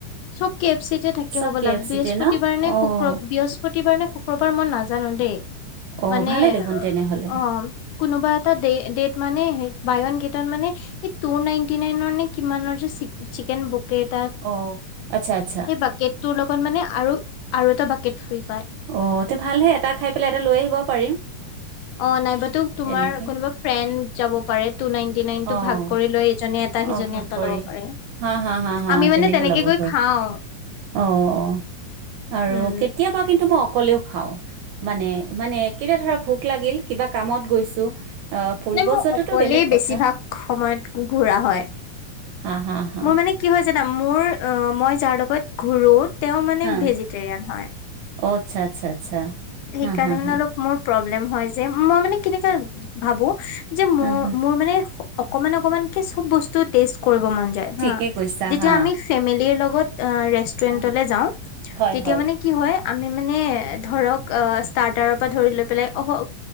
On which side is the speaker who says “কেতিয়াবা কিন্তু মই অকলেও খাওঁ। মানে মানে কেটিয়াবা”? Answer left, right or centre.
Right